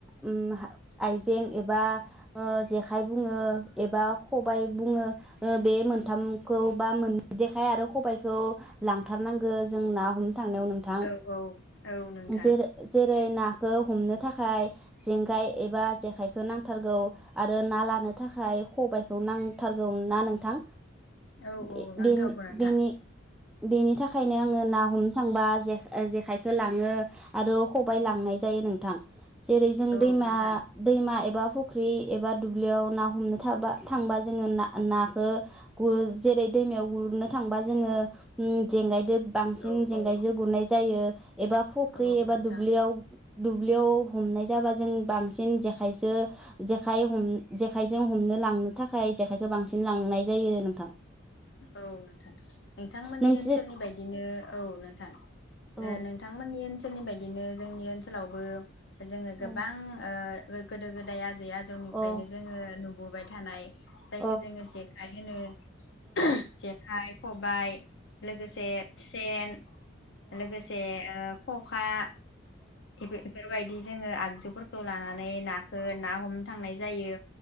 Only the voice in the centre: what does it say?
उम आइजें एबा ओ जेखाइ बुङो एबा खबाइ बुङो बे मोनथामखौ बा मोन जेखाय आरो खबाइखौ लांथारनांगो जों ना हम थांनायाव नोंथां
जेरो जेरै ना हमनो थाखाय जेंगाय एबा जेखाइखौ नांथारगौ आरो ना लानो थाखाय खबाय खौ नांथारगौ ना नोंथां
बे
बेनि
बेनि बेनि था- खायनो आङो ना हमनो थांबा जे- जेखाइखो लाङो आरो खबाय लांनाय जायो नोंथां जेरै जों
दैमा
दैमा एबा फुख्रि एबा दुब्लियाव ना हमनो थाबा थांबा जोङो ना नाखो गुर जेरै दैमायाव गुरनो थांबा जोङो उम जेंगायजों बांसिन
जेंगायजो
गुरनाय जायो एबा फख्रि
एबा
दुब्लियाव दुब्लियाव हमनाय जाबा जों बांसिन जेखायजो जेखाय हम जेखाइजों हमनो लां थाखाय जेखाइखौ बांसिन लांनाय जायो नोंथां
नोंसोर
औ
औ
अ
अ औ